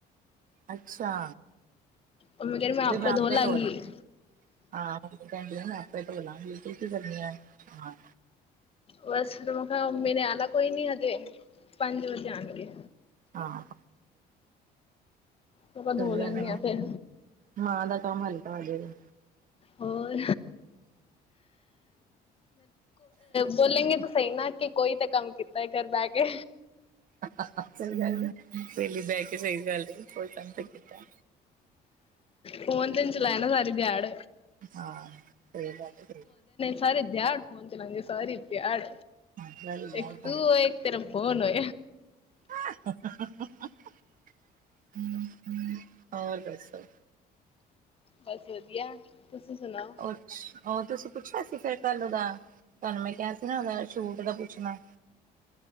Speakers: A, on the right (about 55°); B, on the left (about 35°).
A: ਅੱਛਾ।
B: ਉਹਨੂੰ ਮੈਂ ਕਿਹਾ, ਮੈਂ ਆਪ
A: ਵੀ ਆਪੇ
B: ਧੋ ਲਾਂਗੀ।
A: ਲਾ ਹਾਂ ਮੰਮੀ ਕਹਿੰਦੀ ਮੈਂ ਆਪੇ ਧੋ ਲਾਂਗੀ ਫਿਰਕੀ ਕਰਨੀ ਆ ਹਾਂ।
B: ਬਸ ਫੇਰ ਮੈਂ ਕਿਹਾ ਮੰਮੀ ਨੇ ਆਣਾ ਕੋਈ ਨੀ, ਹਜੇ ਪੰਜ ਵਜੇ ਆਣਗੇ।
A: ਹਾਂ।
B: ਮੈਂ ਕਿਹਾ ਧੋ
A: ਸਹੀ
B: ਲੈਂਦੀ
A: ਗਲ ਏ,
B: ਆ ਫਿਰ
A: ਮਾਂ ਦਾ। ਕੰਮ ਹਲਕਾ ਹੋਜੇਗਾ।
B: ਹੋਰ। ਬੋਲਗੇ ਤਾਂ ਸਹੀ ਨਾ। ਕਿ ਕੋਈ ਤਾਂ ਕੰਮ ਕੀਤਾ ਹੈ। ਘਰ ਬਹਿ ਕੇ
A: <unintelligible> ਸਹੀ ਗੱਲ ਪੇਲਹ ਬਹਿ ਕੇ ਸਹੀ ਗੱਲ <unintelligible> ਕੀਤਾ
B: ਫੋਨ ਤੈਨ ਚਲਾੈ ਨਾ ਸਾਰੀ ਦਿਹਾੜ
A: ਹਾਂ ਸਹੀ ਗੱਲ ਹੈ। ਸਹੀ
B: ਸਾਰੀ ਦਿਆੜ ਹੁਣ ਚਲਾ ਗੇ ਸਾਰੀ ਇਥਿਆੜ
A: ਸਹੀ ਗੱਲ ਬਾਹਰ
B: ਇੱਕ
A: ਪਹੁੰਚ
B: ਤੂ ਇੱਕ ਤੇਰਾ ਹੁਣੇ
A: <unintelligible> ਹੋਰ ਦੱਸੋ
B: ਬਸ ਵਧੀਆ ਤੁਸੀਂ ਸੁਣਾਓ?
A: ਅਛ ਉਹ ਤੁਸੀਂ ਪੁੱਛਿਆ ਸੀ ਫਿਰ ਕੱਲ ਉਹਦਾ ਤੁਹਾਨੂੰ ਮੈਂ ਕਿਹਾ ਸੀ ਨਾ ਉਹਦਾ ਛੂਟ ਦਾ ਪੁੱਛਣਾ